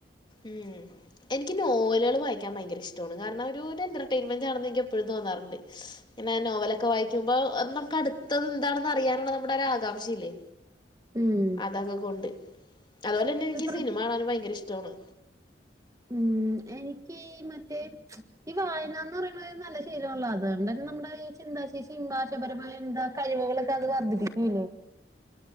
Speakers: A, on the left (about 25°); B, on the right (about 20°).
A: ഉം എനിക്ക് നോവലുകൾ വായിക്കാൻ ഭയങ്കര ഇഷ്ടണ് കാരണം ഒരു രു എന്റർടൈൻമെന്റ് ആണെന്ന് എൻ പ്പയും തോന്നാറുണ്ട് പിന്നെ നോവലൊക്കെ വായിക്കുമ്പോഅത്‌ നമുക്ക് അടുത്തത് എന്താണ് ന്ന് അറിയാനുള്ള നമ്മുടെ ഒരു ആകാംക്ഷയില്ലേ
B: ഉം.
A: അതൊക്കെ കൊണ്ട് അതുപോലെന്നെ എനിക്ക്
B: പ്ര
A: സിനിമ കാണാനും ഭയങ്കര ഇഷ്ടമാണ്.
B: ഉം എനിക്ക് മറ്റേ ഈ വായന എന്ന് പറയുന്നത് നല്ല ശീലമണല്ലോ അതുകൊണ്ട് തന്നെ നമ്മുടെ ഈ ചിന്താശേഷി പരമായ എന്താ കഴിവുകളൊക്കെ അത് വർദ്ധിപ്പിക്കൂല്ലേ?